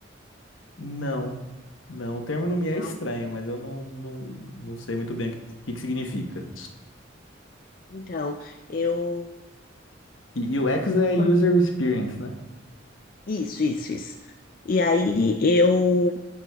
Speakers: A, on the left; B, on the left.
A: Não, não. O termo não
B: não?
A: me é estranho, mas eu não, não, não sei muito bem o que, que que significa.
B: Então, eu...
A: E UX é
B: quando-
A: User Experience, né?
B: Isso, isso, isso. E aí eu